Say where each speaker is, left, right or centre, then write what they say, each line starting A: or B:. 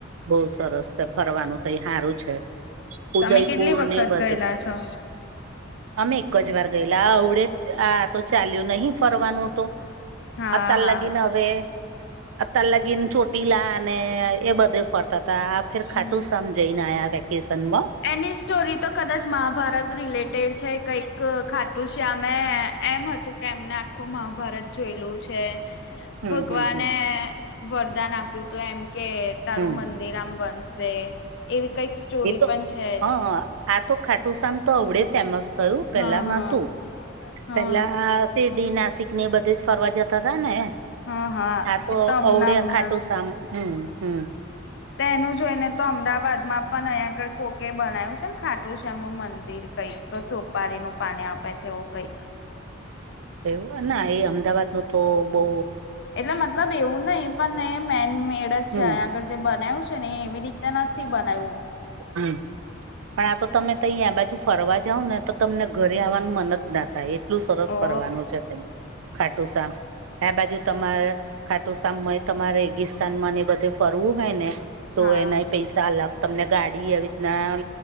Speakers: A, on the right; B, on the left.
A: બહઉ સરસ છે ફરવાનું તહી હારું છે. ઉદયપુર
B: તમે કેટલી વખત
A: ને બધે.
B: ગયેલા છો
A: અમે એક જ વાર ગયેલા આ અવડે આ તો ચાલ્યું નહી ફરવાનું તો
B: હા
A: અતા
B: હા
A: લગીન હવે અતાલ લગીન ચોટીલા અને એ બધે ફરતા હતા આ ફેર
B: હમ
A: ખાટું શામ જઈને આયા વેકેશન માં.
B: એની સ્ટોરી તો કદાચ મહાભારત રિલેટેડ છે કઈક ખાટું શ્યામે એમ હતું કે એમને આખું મહાભારત જોયેલું છે.
A: હમ
B: ભગવાને
A: હમ હમ
B: વરદાન આપ્યું હતું કે તારું
A: હમ
B: મન રામ બનશે એવી કઈક સ્ટોરી
A: હ
B: પણ છે
A: આ
B: જ
A: તો ખાટુસામ તો અવડે ફેમસ થયું પેલામાં
B: હા હા
A: નાતું
B: હા
A: પેલા સિરડી નાસિક ને એ બધી જ ફરવા જતા હતા ને
B: હા
A: હા, તો
B: એ હમણાં
A: અવડે અ
B: હમણાં
A: ખાટું શામ હમ્મ હમ્મ.
B: તે એનું જોઈને તો અમદાવાદમાં પણ અહીંયા આગળ કોકે બનાય્યું છે ને ખાટું શ્યામનું મંદિર કઈક તો સોપારીનું પાને આપે છે એવું કઈક.
A: તેવું ના એ અમદાવાદનું નો તો બઉ
B: એટલે મતલબ એવું નહિ પણ મેન મેડ જ છે
A: હમ
B: અહીયા આગળ જે બનાવ્યું ને એવી રીતે નથી બનાયુ.
A: હમ્મ. પણ આ તો તમે તઈ બાજુ ફરવા જાવ ને તો તમને ઘરે આવવાનું મન જ ના થાય એ ટલું સરસ
B: ઓ
A: ફરવાનું છે તય ખાટું શ્યામ. આ બાજુ તમારે ખાટુંશ્યામ તમારે રેગિસ્તાનમાંને એ બધે ફરવું હોય ને, તો
B: હા
A: એનાય પૈસા અલગ તમને ગાડી આવી રીતના